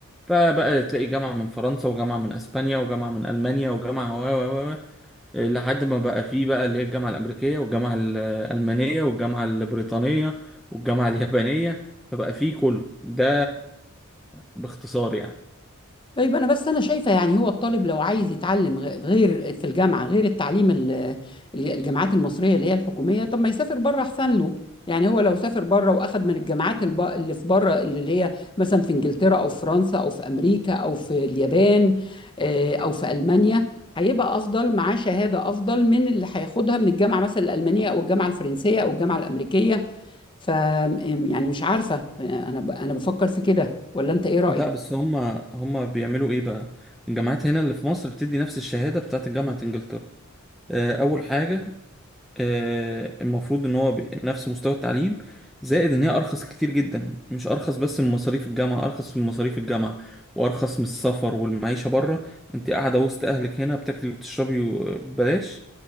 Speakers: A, in the centre; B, on the left (about 20°).
A: فبقى تلاقي جامعه من فرنسا وجامعه من اسبانيا وجامعه من المانيا وجامعه و و و لحد ما بقى فيه بقى اللي هي الجامعة الأمريكية والجامعة الألمانية والجامعة البريطانية والجامعة اليابانية فبقى فيه كله ده باختصار يعني
B: طيب انا بس انا شايفه يعني هو الطالب لو عايز يتعلم غ- غير في الجامعه غير التعليم ال- ال- الجامعات المصريه اللي هي الحكوميه طب ما يسافر بره احسن له يعني هو لو سافر بره واخد من الجامعات الب- اللي في بره اللي هي مثلا في انجلترا او في فرنسا او في امريكا او في اليابان آه، او في المانيا هيبقى افضل معاه شهاده افضل من اللي هياخدها من الجامعه مثلا الالمانيه او الجامعه الفرنسيه او الجامعه الامريكيه ف يعني مش عارفه انا ب- انا بفكر في كده ولا انت ايه رايك
A: لا بس هما هما بيعملوا ايه بقى الجامعات هنا اللي في مصر بتدي نفس الشهادة بتاعت جامعة انجلترا آه، أول حاجة آه، المفروض ان هو ب- نفس مستوى التعليم زائد ان هي ارخص كتير جدا مش ارخص بس من مصاريف الجامعه ارخص من مصاريف الجامعه وارخص من السفر والمعيشه بره انت قاعده وسط اهلك هنا بتاكلي وتشربي ببلاش